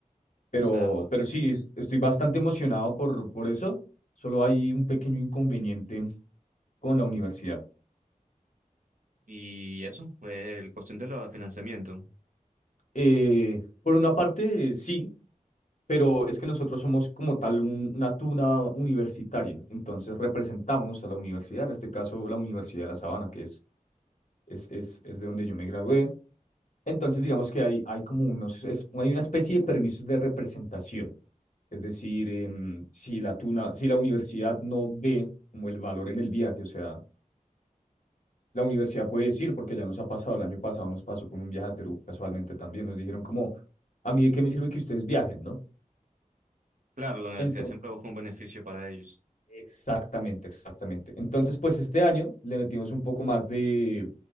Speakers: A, on the left; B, on the right.
A: Pero,
B: O sea,
A: pero sí, es- estoy bastante emocionado por, por eso, solo hay un pequeño inconveniente con la universidad.
B: y eso, eh, el cuestión de los financiamiento.
A: Eh, por una parte, eh, sí. Pero es que nosotros somos como tal un- una tuna universitaria, entonces representamos a la universidad, en este caso la Universidad de La Sabana, que es es, es, es de donde yo me gradué. Entonces, digamos que hay, hay como unos, es- hay una especie de permisos de representación. Es decir, em, si la tuna, si la universidad no ve como el valor en el viaje, o sea, la universidad puede decir, porque ya nos ha pasado, el año pasado nos pasó con un viaje a Perú, casualmente también, nos dijeron como, a mí de qué me sirve que ustedes viajen, ¿no?
B: Claro, la universidad
A: Entonces,
B: siempre busca un beneficio para ellos.
A: exactamente, exactamente. Entonces, pues este año le metimos un poco más de,